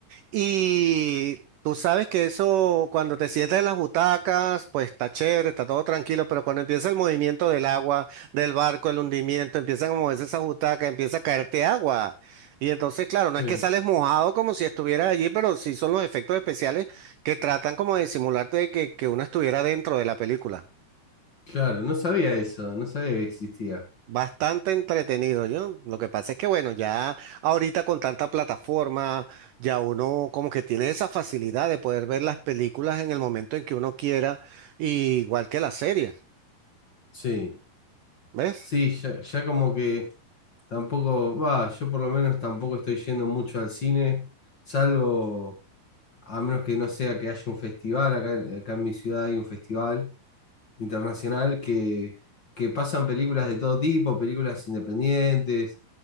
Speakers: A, on the right; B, on the left.
A: Y tú sabes que eso, cuando te sientas en las butacas, pues está chévere, está todo tranquilo, pero cuando empieza el movimiento del agua, del barco, el hundimiento, empiezan a moverse esas butacas, empieza a caerte agua. Y entonces, claro, no
B: sí,
A: es que sales mojado como si estuvieras allí, pero sí son los efectos especiales que tratan como de simularte que, que uno estuviera dentro de la película.
B: claro, no sabía eso, no sabía que existía.
A: Bastante entretenido, yo. Lo que pasa es que, bueno, ya ahorita con tanta plataforma, ya uno como que tiene esa facilidad de poder ver las películas en el momento en que uno quiera, y igual que las series,
B: Sí.
A: ¿ves?
B: Sí, ya, ya como que tampoco, va, yo por lo menos tampoco estoy yendo mucho al cine, salvo, a menos que no sea que haya un festival, acá, acá en mi ciudad hay un festival internacional que, que pasan películas de todo tipo, películas independientes,